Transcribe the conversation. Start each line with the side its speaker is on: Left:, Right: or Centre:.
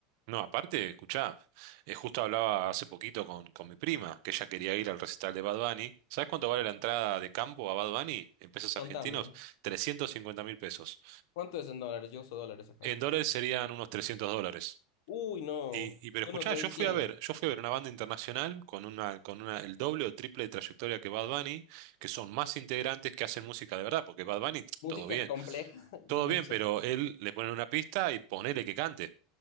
Right: No, aparte, escuchá, eh, justo hablaba hace poquito con, con mi prima, que ella quería ir al recital de Bad Bunny. ¿Sabes cuánto vale la entrada de campo a Bad Bunny en pesos argentinos?
Left: Contame,
Right: Trescientos cincuenta mil pesos.
Left: ¿cuánto es en dólares? Yo uso dólares acá.
Right: En dólares serían unos 300 dólares.
Left: Uy, no,
Right: Y, y pero
Left: yo
Right: escuchá,
Left: no te doy
Right: yo
Left: cien.
Right: fui a ver, yo fui a ver una banda internacional con una, con una, el doble o triple de trayectoria que Bad Bunny, que son más integrantes que hacen música de verdad, porque Bad Bunny, <tsk>
Left: Música
Right: todo bien,
Left: compleja, <laughs>
Right: todo
Left: bien
Right: bien,
Left: hecha,
Right: pero él le ponen una pista y ponele que cante,